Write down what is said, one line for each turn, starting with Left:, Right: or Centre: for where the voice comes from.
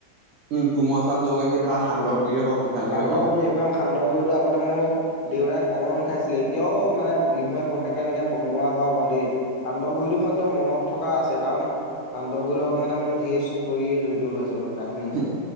Right: উম কুমল চাউল গৌ গাখীৰ ধৰা সান্দগুৰিয়ে হওক পিঠাগুৰিয়ে
Left: সান্দহ
Right: হওক
Left: গুৰি একদম সান্দহ গুৰিটো আগতে মই দেউৰাই কমন খাইছিলে এতিয়াও মানে বিহুৱে প্ৰশেকে এনেকে বনোৱা হয় বাৰু দেই সান্দহ গুৰিটো মোৰ একদম মনত থকা আছে কাৰণ সান্দহ গুৰিৰ লগত মানে মোৰ ঢেৰ ষ্টৰি জড়িত হৈ আছে পুৰা কাহিনী
Right: হু
Left: আছে।